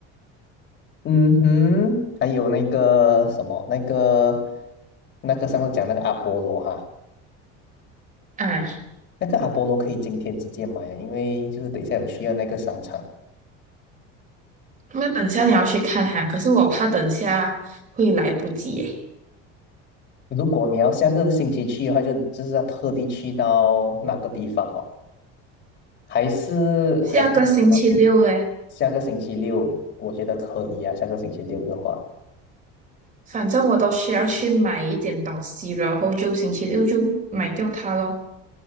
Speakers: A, on the left; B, on the right.
A: 嗯哼，还有那个什么，那个那个上次讲那个阿波罗哈，
B: 啊，
A: 那个阿波罗可以今天直接买啊，因为就是等一下有需要那个商场。
B: 那等下你要去看哈，可是我怕等下会来不及耶。
A: 如果你要下个星期去的话，就就是要特地去到那个地方哦。还是还是要
B: 下个星期六嘞，
A: 下个星期六，我觉得可以啊。下个星期六的话，
B: 反正我都需要去买一点东西，然后就星期六就买掉它咯。